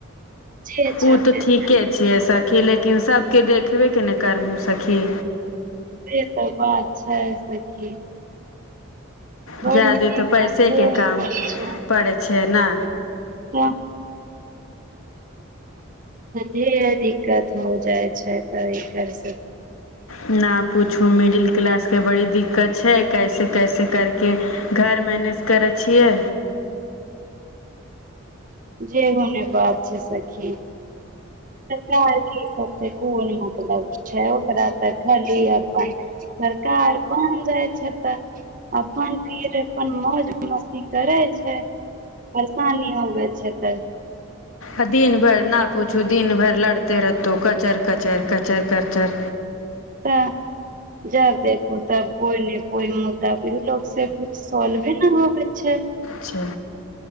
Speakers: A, on the right; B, on the left.
A: जे चलते
B: ओ तऽ
A: तनी
B: ठीके छै स- के लेकिन सभके देखबेके न करबहुँ सखी
A: से तऽ बात छै सखी बड़ी
B: ज्यादे
A: दिक्कत
B: तऽ पैसे
A: हो
B: के काम
A: जाइ छै
B: पड़ै छै हइ ना
A: <unintelligible> जे दिक्कत हो जाइ छै तऽ ई एकर
B: ना पुछू मिडिल क्लास के बड़ी दिक्कत छै कैसे कैसे करके घर मैनेज करै छियै
A: जेही ने बात छै सखी सरकार के इ सब से कोन मतलब छै ओकरा तऽ खाली अपन सरकार बन जाइ छै तऽ अपन फिर अपन मौज मस्ती करै छै परेशानी होबे अच्छा तऽ
B: आ दिन भरि न पुछू दिन भरि लड़ते रहतौ कचर कचर कचर कचर
A: तऽ जब देखू तब कोइ ने कोइ मुद्दा ई लोक से कुछ सॉल्वे न होबै छै
B: छै